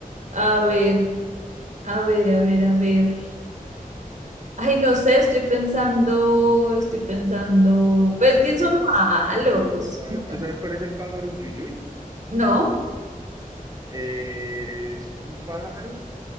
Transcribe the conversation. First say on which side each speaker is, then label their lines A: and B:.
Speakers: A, on the right (about 60°); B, on the right (about 25°).
A: a ver, a ver, a ver, a ver. Ay, no sé, estoy pensando, estoy pensando. Pues que son
B: A ver,
A: malos.
B: a
A: Bueno,
B: ver, ¿tú sabes cuál es el pájaro Yuyuy?
A: no.
B: Es un pájaro